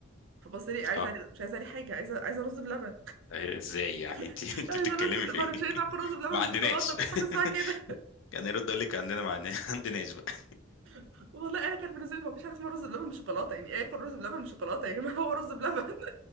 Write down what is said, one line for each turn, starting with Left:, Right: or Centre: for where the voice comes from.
Right: فبص لي عايزه
Left: اه
Right: عليه مش عايزه عليه حاجه عايزه عايزه رز بلبن
Left: إيه، ازاي يعني انت
Right: <laughs>
Left: انت
Right: عايزه
Left: بتتكلمي
Right: رز بلبن
Left: في ايه
Right: انا
Left: <laughs>
Right: مش هينفع اكل رز بلبن
Left: ما عندناش
Right: بشوكولاته مفيش حاجه اسمها
Left: <laughs>
Right: كده
Left: كان يرد يقول لك عندنا معناه <laughs> عندناش بقى
Right: <laughs> والله انا كان بالنسبه لي مفيش حاجه اسمها رز بلبن بشوكولاته يعني ايه اكل رز بلبن بشوكولاته يا جماعه <laughs> هو رز بلبن